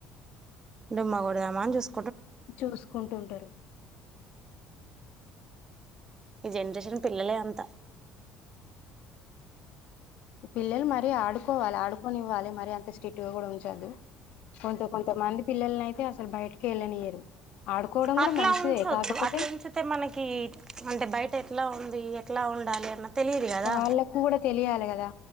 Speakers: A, on the right; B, on the left.
A: డుమ్మా కొడదామని చూసు
B: చూసుకుంటుంటారు
A: ఈ జనరేషన్ పిల్లలే అంత
B: పిల్లలు మరీ ఆడుకోవాలి ఆడుకొనివ్వాలి మరీ అంత స్ట్రిక్ట్ కూడా ఉంచద్దు కొంత కొంతమంది పిల్లలని అయితే అసలు బయటకె వెళ్ళనియరు ఆడుకోవడం కూడా
A: అట్లా
B: మంచిదే
A: ఉంచొద్దు
B: కాకపోతే
A: అట్లా ఉంచితే మనకి అంటే బయ ఎట్లా ఉంది ఎట్లా ఉండాలి అన్న తెలియదు కదా
B: వాళ్ళకు కూడా తెలియాలి కదా